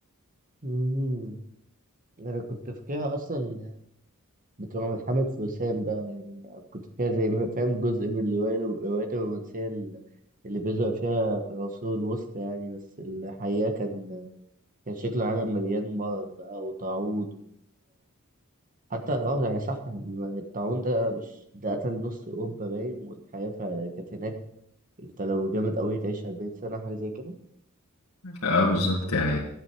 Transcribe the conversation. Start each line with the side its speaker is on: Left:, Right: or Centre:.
Right: امم أنا كنت فاكرها أصلا بتبقى من محمد فرسان بقى يعني كنت فاكرها زي ما فاهم جزء من الرواية الروايات الرومانسية ال- اللي بيظهر فيها في العصور الوسطى يعني بس الحقيقة كان كان شكل العالم مليان مرض بقى وتعوض حتى اه يعني صح الطاعون ده مش ده قتل نص اوروبا باين والحياه فا- كانت هناك انت لو جامد قوي تعيش 40 سنه حاجه زي كده
Left: اه بالظبط يعني